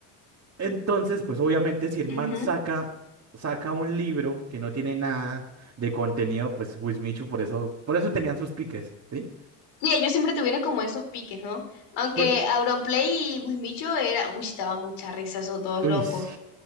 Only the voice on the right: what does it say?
Entonces, pues obviamente si el
man saca, saca un libro que no tiene nada de contenido, pues Wismichu por eso, por eso tenían sus piques, ¿sí?
Pues,
uy,
sí.